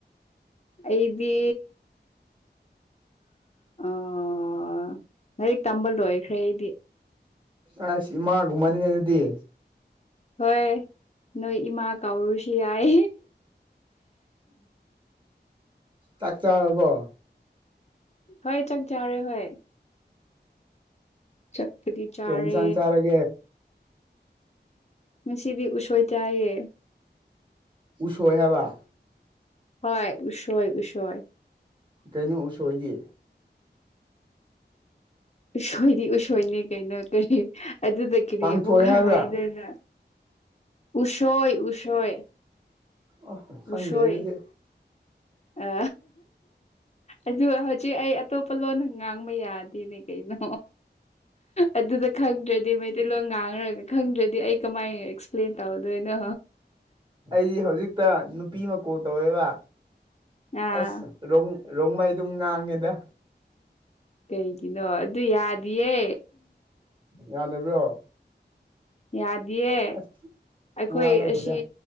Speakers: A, on the left; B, on the right.
A: ꯑꯩꯗꯤ ꯑꯣ ꯂꯥꯏꯔꯤꯛ ꯇꯝꯕ ꯂꯣꯏꯈ꯭ꯔꯦꯗꯤ
B: ꯑ ꯏꯃꯥ ꯨꯝꯃꯅꯤꯅꯦ ꯑꯗꯨꯗꯤ
A: ꯍꯣꯏ ꯅꯣꯏ ꯏꯃꯥ ꯀꯥꯎꯔꯨꯁꯤ ꯌꯥꯏ
B: ꯇꯥꯛꯇꯥꯔꯔꯔꯕꯣ
A: ꯍꯣꯏ ꯆꯪ ꯆꯔꯦ ꯍꯣꯏ ꯆꯠꯄꯗꯤ ꯆꯥꯔꯦ
B: ꯀꯩ ꯏꯟꯁꯥꯡ ꯆꯥꯔꯒꯦ
A: ꯉꯁꯤꯗꯤ ꯎꯁꯣꯏ ꯆꯥꯏꯌꯦ
B: ꯎꯁꯣꯏ ꯍꯦꯕ
A: ꯍ ꯎꯁꯣꯏ ꯎꯁꯣꯏ
B: ꯀꯩꯅꯣ ꯎꯁꯣꯏꯗꯦ
A: ꯎꯁꫭꯏꯗ ꯎꯁꫭꯏꯅꯤ ꯀꯩꯅꫭ ꯀꯔꯤ ꯑꯗꯨꯗ ꯀꯔꯤ
B: ꯀꯥꯡꯁꯣꯏ
A: ꯑꯃꯨꯛ
B: ꯍꯥꯏꯕ꯭ꯔꯥ
A: ꯍꯥꯏꯗꯅ ꯎꯁꯣꯏ ꯎꯁꯣꯏ
B: ꯑꫭ ꯈꯪꯗꯔ‌ꯦ
A: ꯎꯁꯣꯏ
B: ꯑꯗꯨꯗꯤ
A: ꯑ ꯑꯗꯨ ꯍꯧꯖꯤꯛ ꯑꯩ ꯑꯇꯣꯞꯄ ꯂꯣꯟꯅ ꯉꯥꯡꯕ ꯌꯥꯗꯦꯅꯦ ꯀꯩꯅꯣ ꯑꯗꯨꯗ ꯈꯪꯗ꯭ꯔꯗꯤ ꯃꯩꯇꯩꯂꯣꯟ ꯉꯥꯡꯈ꯭ꯔꯒ ꯈꯪꯗ꯭ꯔꯗꯤ ꯑꯩ ꯀꯃꯥꯏꯅ ꯑꯦꯛꯁꯄ꯭ꯂꯦꯟ ꯇꯧꯗꯣꯏꯅꯣ
B: ꯑꯩꯗꯤ ꯍꯧꯖꯤꯛꯇ ꯅꯨꯄꯤꯃ ꯀꯣꯟ ꯇꯧꯋꯦꯕ
A: ꯑꯥ
B: ꯑꯁ ꯔꯣꯡ ꯔꯣꯡꯃꯩ ꯑꯗꯨꯝ ꯉꯥꯡꯉꯦꯗ
A: ꯀꯩꯒꯤꯅꯣ ꯑꯗꯨ ꯌꯥꯗꯤꯌꯦ
B: ꯌꯥꯗꯕ꯭ꯔꯣ
A: ꯌꯥꯗꯤꯌꯦ
B: ꯑꯁ
A: ꯑꯩꯈꯣꯏ
B: ꯋꯥ ꯂꯧꯗꯦꯗ
A: ꯑꯁꯤ